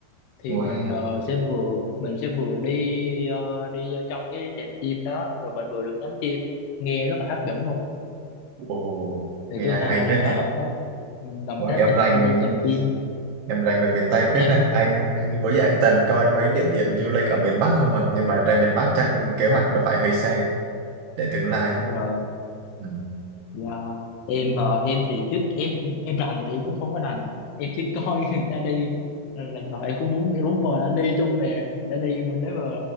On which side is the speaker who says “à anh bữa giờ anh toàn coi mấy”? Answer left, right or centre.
Right